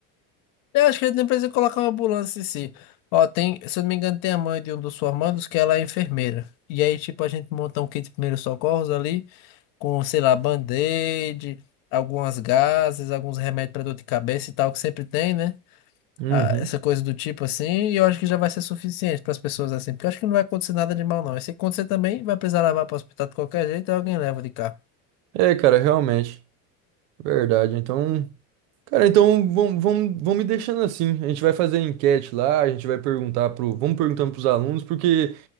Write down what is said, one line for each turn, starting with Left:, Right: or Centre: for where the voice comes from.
Left: Eu acho que ele nem precisa colocar uma ambulância em si. Ó, tem, se eu não me engano, tem a mãe de um dos formandos que ela é enfermeira. E aí, tipo, a gente monta um kit de primeiros socorros ali, com, sei lá, band-aid, algumas gases, alguns remédios para dor de cabeça e tal, que sempre tem, né?
Right: Uhum.
Left: Ah, essa coisa do tipo assim. E eu acho que já vai ser suficiente para as pessoas assim, porque eu acho que não vai acontecer nada de mal, não. E se acontecer também, vai precisar levar para o hospital de qualquer jeito, aí alguém leva de carro.
Right: É, cara, realmente. Verdade. Então, cara, então vamos, vamos, vamos me deixando assim. A gente vai fazer enquete lá, a gente vai perguntar pro, vamos perguntando pros alunos, porque